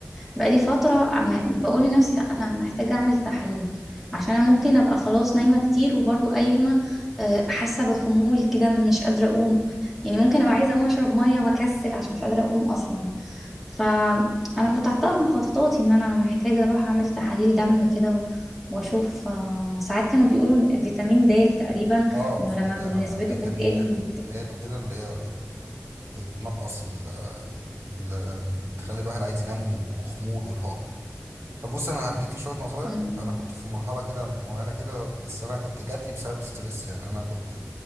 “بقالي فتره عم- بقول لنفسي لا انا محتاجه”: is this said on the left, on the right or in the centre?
Centre